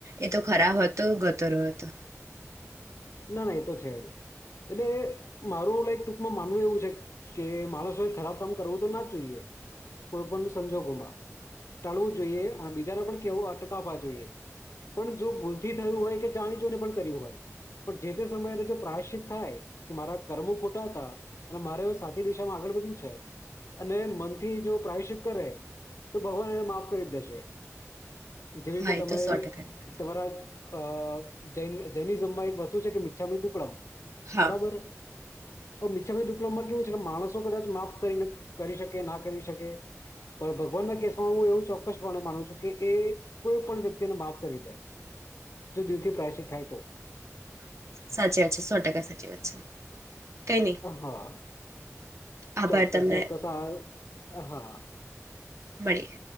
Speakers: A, on the right; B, on the left.
A: એ તો ખરા હતો ગતોર હતો.
B: ના ના એ તો છે જ એટલે મારું લક ટૂંકમાં માનવું એવું છે કે માણસોએ ખરાબ કામ કરવું તો ના જ જોઈએ કોઈ પણ સંજોગોમાં ટાળવું જોઈએ અને બીજાને પણ કેવું અટકાવવા જોઈએ પણ જો ભૂલથી થયું હોય કે જાણીજોને પણ કર્યું હોય. પણ જે તે સમયે એને જો પ્રાયશ્િત થાય કે મારા કર્મો ખોટા હતા અને મારે હ સાચી દિશામાં આગળ વધવું છે અને મનથી જો પ્રાયશ્ચિત કરે તો ભગવાન એને માફ કરી દેશે. જેવી રીતે
A: હા
B: તમે
A: એ તો સો ટકાની વાત
B: તમારા. અ જૈ જૈની જંબ એક વસ્તુ શું છે કે મિચ્છામી દુક્કડમ
A: હા
B: બરાબર. મિછામી દુકક્ડમમાં કેવું છે કે માણસો કદાચ માફ કરી કરી શકે ના કરી શકે પણ ભગવાનના કેસમાં હું એવું ચોક્કસપણે માનું છું કે એ કોઈ પણ વ્યક્તિને માફ કરી દે જો દિલથી પ્રાયશિત થાય તો.
A: સાચી વાત છે સો ટકા સાચી વાત છે કઈ નહી
B: હા
A: આભાર
B: ચોક્કસ
A: તમને
B: ચોક્કસ આ હા
A: મળીએ